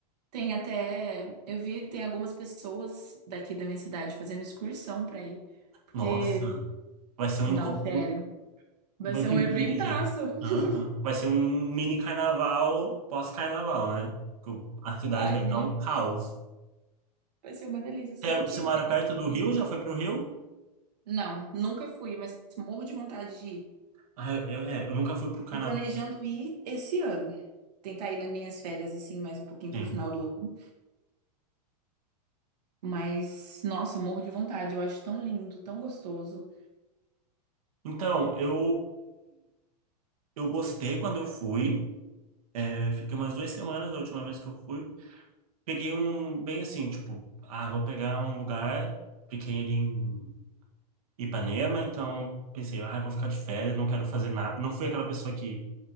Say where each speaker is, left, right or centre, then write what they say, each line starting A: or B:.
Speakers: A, on the right (about 85°); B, on the right (about 60°).
A: Tem até, eu vi, tem algumas pessoas daqui da minha cidade fazendo excursão pra ir. Porque,
B: Nossa, vai ser um
A: não,
B: encontro.
A: sério, vai
B: Vai
A: ser
B: ter
A: um
B: muita
A: eventaço.
B: gente. Aham.
A: <laughs>
B: Vai ser um mini carnaval pós-carnaval, né? Que o- A cidade
A: Ai,
B: vai estar
A: gente,
B: um caos.
A: vai ser uma delícia. Se
B: É,
A: eu
B: Você
A: tiver,
B: mora perto do
A: assim,
B: Rio? Já foi pro Rio?
A: Não, nunca fui, mas morro de vontade de ir.
B: Ah, eu, é, eu nunca fui pro carnaval.
A: Tô planejando ir esse ano. Tentar ir nas minhas férias, assim, mais um pouquinho
B: Sim.
A: pro final do ano. Mas, nossa, morro de vontade. Eu acho tão lindo, tão gostoso.
B: Então, eu, eu gostei quando eu fui. É, fiquei umas duas semanas da última vez que eu fui. Peguei um, bem assim, tipo, ah, vou pegar um lugar. Fiquei ali em Ipanema, então pensei, ah, vou ficar de férias, não quero fazer nada. Eu não fui aquela pessoa que